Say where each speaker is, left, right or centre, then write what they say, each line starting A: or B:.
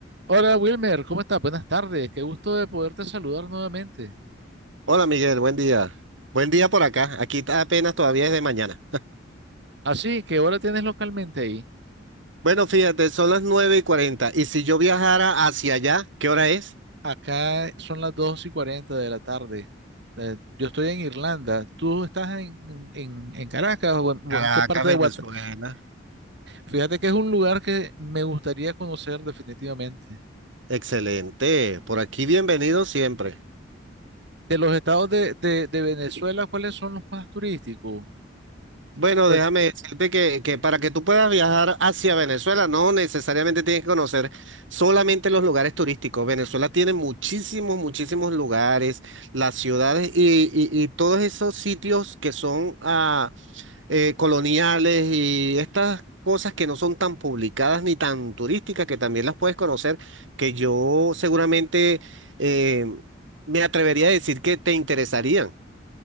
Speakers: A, on the right; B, on the right.
A: Hola Wilmer, ¿cómo estás? Buenas tardes, qué gusto de poderte saludar nuevamente.
B: Hola Miguel, buen día. Buen día por acá. Aquí ta- apenas todavía es de mañana.
A: Así, ¿qué hora tienes localmente ahí?
B: Bueno, fíjate, son las 9 y 40. Y si yo viajara hacia allá, ¿qué hora es?
A: Acá son las 2 y 40 de la tarde. Eh, yo estoy en Irlanda, ¿tú estás en, en- en Caracas o en, o
B: Caracas,
A: en qué parte de
B: Venezuela.
A: Guatemala? Fíjate que es un lugar que me gustaría conocer definitivamente.
B: Excelente. Por aquí bienvenido siempre.
A: De los estados de, de- de Venezuela, ¿cuáles son los más turísticos?
B: Bueno,
A: Porque
B: déjame decirte que, que para que tú puedas viajar hacia Venezuela, no necesariamente tienes que conocer solamente los lugares turísticos. Venezuela tiene muchísimos, muchísimos lugares, las ciudades y, y- y todos esos sitios que son ah, eh, coloniales y estas cosas que no son tan publicadas ni tan turísticas, que también las puedes conocer, que yo seguramente eh, me atrevería a decir que te interesarían.